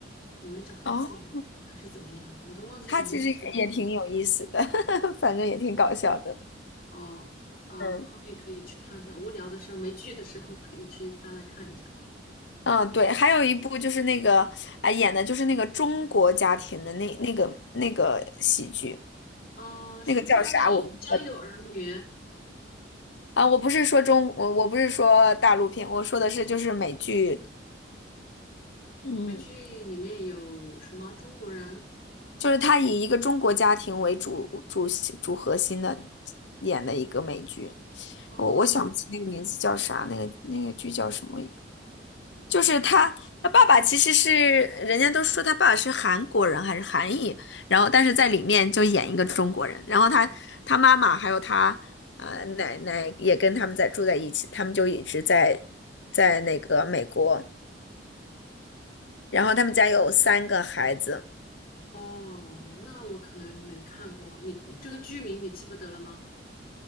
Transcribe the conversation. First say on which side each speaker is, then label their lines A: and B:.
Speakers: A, on the left; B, on the left.
A: 我没找到资源，
B: 哦，
A: 还是怎么样，我都忘记怎么回事，
B: 它其实也也挺有意思的，
A: 当时。
B: <laughs> 反正也挺搞笑的，
A: 哦，啊，
B: 嗯。
A: 后面可以去看一下，无聊的时候没剧的时候可以去翻来看一下。
B: 嗯，对，还有一部就是那个，啊演的就是那个中国家庭的那那个那个喜剧，
A: 啊，是不是那个《家有儿女》
B: 那个叫啥我不知道啊，我不是说中，我我不是说大陆片，我说的是就是美剧，嗯，
A: 美剧里面有什么中国人？
B: 就是他以一个中国家庭为主主主核心的演的一个美剧，
A: 哦，
B: 我我想不起那个名字叫啥，
A: 嗯
B: 那个那个剧叫什么？就是他他爸爸其实是人家都说他爸爸是韩国人还是韩裔，
A: 那
B: 然后但是在里面就演一个中国人，然后他他妈妈还有他呃奶奶也跟他们在住在一起，他们就一直在在那个美国。然后他们家有三个孩子。
A: 哦，那我可能没看过你这个剧名你记不得了吗？